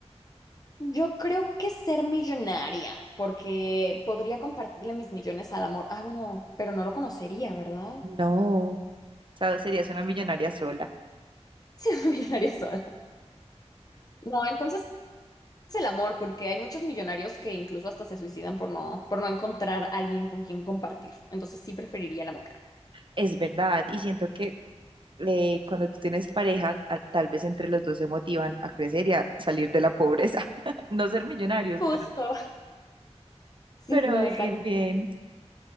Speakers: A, on the left (about 35°); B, on the right (about 45°).
A: Yo creo que ser millonaria, porque podría compartirle mis millones al amor. Ah, bueno, pero no lo conocería, ¿verdad?
B: No, o sea, serías una millonaria sola.
A: <laughs> Ser millonaria sola. No, entonces es el amor, porque hay muchos millonarios que incluso hasta se suicidan por no, por no encontrar alguien con quien compartir. Entonces sí preferiría el amor.
B: Es verdad, y siento que eh, cuando tú tienes pareja, a- tal vez entre los dos se motivan a crecer y a salir de la pobreza. <laughs> No ser millonarios,
A: Justo.
B: pero,
A: <laughs> Sí,
B: pero
A: no,
B: vivir
A: exacto.
B: bien.